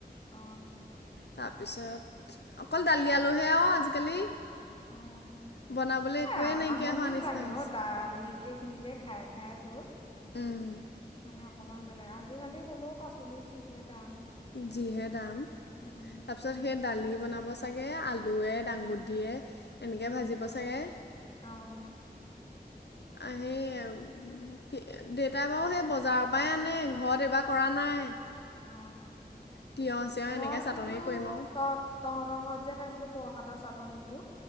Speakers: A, on the left; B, on the left.
A: অঁ
B: তাৰপিছত অকল দালি আলুহে অ আজিকালি
A: অ
B: বনাবলৈ একোৱেই
A: এ
B: নাইকিয়া
A: আমনিও
B: হোৱা নিচিনা
A: লাগে
B: হৈছে।
A: অ দালিকেই খিনিকে খাই দে খাই তোৰ
B: উম
A: মানে অকমান বেলেগ আজিকালি হ'লেও পাচলি যিহে দাম
B: যিহে দাম তাৰ
A: উম
B: পিছত সেই দালি বনাব অৱ চা আলুৱে
A: উম
B: দাংবু দিয়ে এনেকে
A: উম
B: ভাজিব চাগে।
A: অঁ
B: আহে আৰু দেউতাই বাৰু সেই বজাৰৰ পৰাই আনে ঘৰত এইবাৰ কৰা নাই।
A: অঁ
B: তিয়হ চিয়হ
A: মই
B: এনেকে চাটনি
A: কিন্তু
B: কৰিম আৰু
A: তহ-তহঁতৰ ঘৰত যে খাইছ প্ৰসাদৰ চাটনিটো।